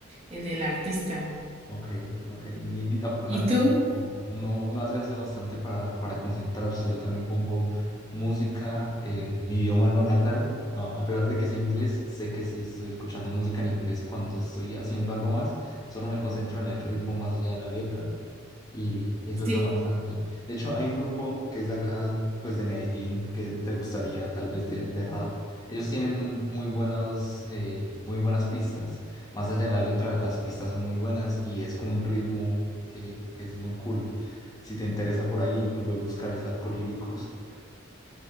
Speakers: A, on the right; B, on the left.
A: en el artista.
B: Ok, ok, ni, ni tampoco la
A: ¿Y
B: letra.
A: tú?
B: Uno, uno hace, hace bastante para, para concentrarse. Yo también pongo música en mi idioma no natal. A a pesar de que sea inglés, sé que si estoy escuchando música en inglés cuando estoy haciendo algo más, solo me concentro en el ritmo más allá de la letra y, y eso
A: Sí.
B: ayuda bastante. De hecho, hay un grupo que es de acá, pues de Medellín, que te gustaría tal vez de, de rap. Ellos tienen muy buenas, eh, muy buenas pistas. Más allá de la letra, las pistas son muy buenas y es como un ritmo que, que es muy cool. Si te interesa por ahí, lo puedes buscar, es Alcolíricos.